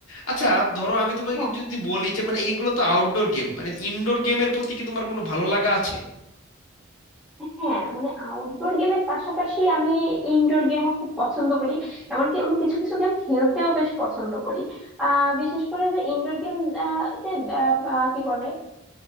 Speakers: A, on the left; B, in the centre.
A: আচ্ছা ধরো আমি তোমাকে
B: হ্যাঁ
A: যদি বলি যে মানে এইগুলো তো আউটডোর গেম মানে ইনডোর গেমের প্রতি কি তোমার কোনো ভালো লাগা আছে
B: হ্যাঁ মানে আউটডোর গেমের পাশাপাশি আমি ইনডোর গেমও খুব পছন্দ করি এমনকি আমি কিছু কিছু গেম খেলতেও বেশ পছন্দ করি আহ বিশেষ করে যে ইনডোর গেম যে আহ, আহ, কি বলে